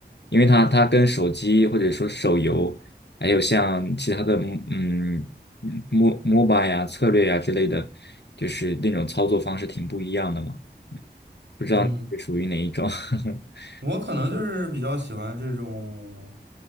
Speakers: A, on the left; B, on the right.
A: 因为它它跟手机或者说手游，还有像其他的嗯嗯 mo MOBA 呀、策略呀之类的，就是那种操作方式挺不一样的嘛。不知道你是属于哪一种？
B: 嗯。
A: <laughs>
B: 我可能就是比较喜欢这种，